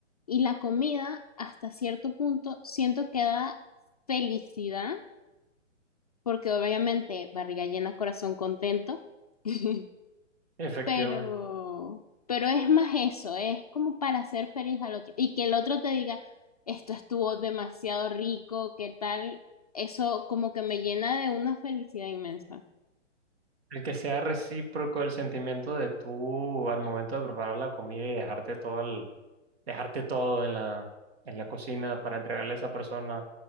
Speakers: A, on the left; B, on the right.
A: Y la comida, hasta cierto punto, siento que da felicidad, porque obviamente barriga llena, corazón contento. <laughs>
B: Efectivamente.
A: Pero, pero es más eso, es como para hacer feliz al otro. Y que el otro te diga, esto estuvo demasiado rico, ¿qué tal? Eso como que me llena de una felicidad inmensa.
B: El que sea recíproco el sentimiento de tú al momento de preparar la comida y dejarte todo el- dejarte todo en la, en la cocina para entregarle a esa persona